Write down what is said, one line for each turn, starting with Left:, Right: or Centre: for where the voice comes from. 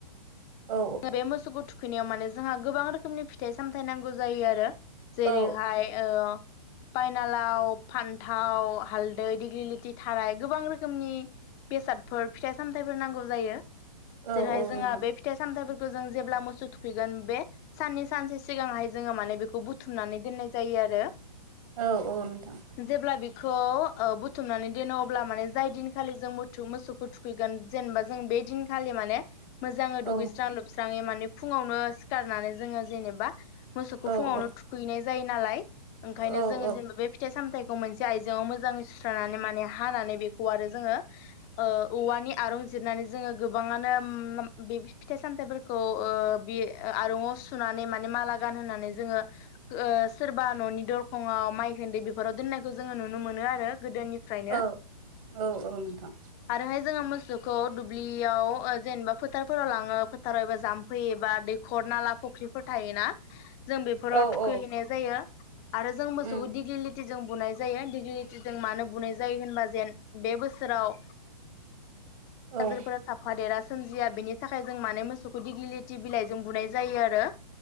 Right: औ
Left: बे मोसौ थु थुखैनायाव माने जोंहा गोबां रोखोमनि फिथाइ सामथायाइ नांगौ जायो आरो जेर
Right: औ
Left: हाय ओ पायनालाव फान्थाव हालदै दिेग्लिलिथि थाराय गोबां रोखोमनि बेसादफोर फिथाइ सामथायाइफोर नांगौ जायो जेरैहाय
Right: औ औ
Left: जोंहा
Right: नोंथां
Left: बे फिथ थाइ जों जेब्ला मोसौ थुखैगोन बे साननि सानसे सिगांहाय जोङो माने बेखौ बुथुमनानै दोननाय जायो आरो
Right: औ औ नोंथां
Left: जेब्ला बेखौ ओ बुथुमनानै दोनो अब्ला माने जाय दिनखालि जों मथ मोसौखौ थुखैगोन जेनेबा जों बे दिनखालि माने मोजाङै दुगै
Right: औ
Left: स्रां लोबस्राङै माने फुङावनो सिखारनानै जोङो जेनेबा मोसौखौ
Right: औ
Left: फुङावनो
Right: औ
Left: थुखैनाय जायो नालाय ओंखायनो
Right: औ
Left: जोङो
Right: औ
Left: जेनेबा बे फिथाइ सामथाय मोनसे आइजआव मोजाङै सुस्रनानै माने हानानै बेखौ आरो जोङो ओ औवानि आरं जिरनानै जोङो गोबाङानो मा बे फिथाइ सामथायाइफोरखौ ओ बि आरंआव सुनानै माने माला गानहानै जोङो ओ सोरबा न'नि दरखङाव माइ बेफोराव दोननायखौ जोङो नुनो मोनो आरो गोदोनिफ्रायनो
Right: औ औ औ नोंथां
Left: आरोहाय जोङो मोसौखौ बियाव जेनेबा फोथारफोराव लां फोथाराव एबा जाम्फैयो एबा दैखर नाला फुख्रिफोर थायोना जों बेफोराव
Right: औ
Left: थुखैहैनाय
Right: औ
Left: जायो आरो जों मोसौखौ
Right: उम
Left: दिगलिलिथि जों बुनाय जायो डिग्लिलिथिजों मानो बुनाय जायो होनबा जेन बे बोसोराव
Right: औ
Left: आजारफोरा थाफा देरा सोमजिया बेनि थाखाय जों माने मोसौखौ दिगलिलिथि बिलाइ जों बुनाय जायो आरो।